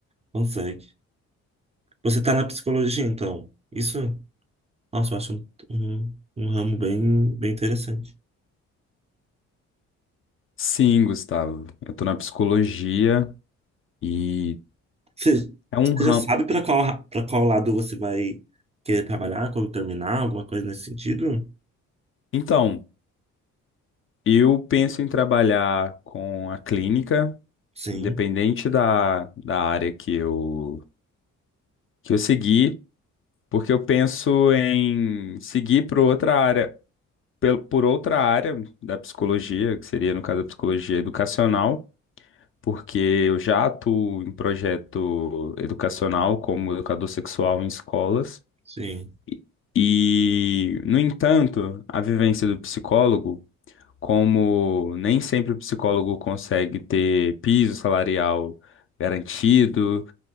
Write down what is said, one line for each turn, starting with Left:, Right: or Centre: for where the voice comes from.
Right: consegue. Você tá na psicologia, então. Isso, nossa, eu acho um, um, um ramo bem, bem interessante.
Left: Sim, Gustavo. Eu tô na psicologia e
Right: Você,
Left: é um ramo.
Right: você já sabe para qual, para qual lado você vai querer trabalhar quando terminar, alguma coisa nesse sentido?
Left: Então, eu penso em trabalhar com a clínica,
Right: Sim,
Left: independente da, da área que eu, que eu seguir, porque eu penso em seguir para outra área. pel- por outra área da psicologia, que seria, no caso, a psicologia educacional, porque eu já atuo em projeto educacional como educador sexual em escolas.
Right: sim,
Left: E, e, no entanto, a vivência do psicólogo, como nem sempre o psicólogo consegue ter piso salarial garantido,